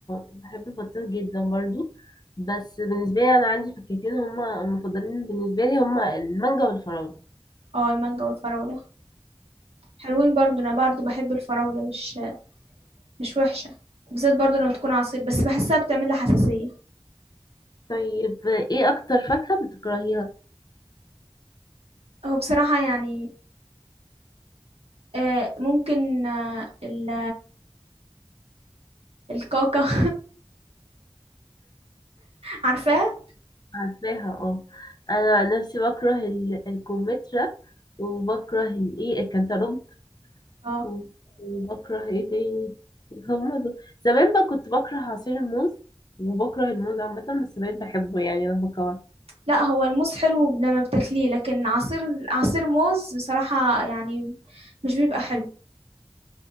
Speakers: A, on the left (about 45°); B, on the right (about 80°).
A: بحب البطيخ جدا برضو بس بالنسبة لي أنا عندي فاكهتين هما المفضلين بالنسبة لي هما المانجا والفراولة
B: اه المانجا والفراولة حلوين برضو انا برضو بحب الفراولة مش مش وحشة بالذات برضو لما تكون عصير بس بحسها بتعمل لي حساسية
A: طيب ايه أكتر فاكهة بتكرهيها؟
B: هو بصراحة يعني آه ممكن آه ال- الكاكا <laughs> عارفاه
A: عارفاها اه أنا عن نفسي بكره ال- الكمثرى وبكره الايه الكنتالوب
B: اه
A: و- وبكره ايه تاني هما دول زمان بقى كنت بكره عصير الموز وبكره الموز عامة بس بقيت بحبه يعني لما كبرت
B: لا هو الموز حلو لما بتاكليه لكن عصير عصير موز بصراحة يعني مش بيبقى حلو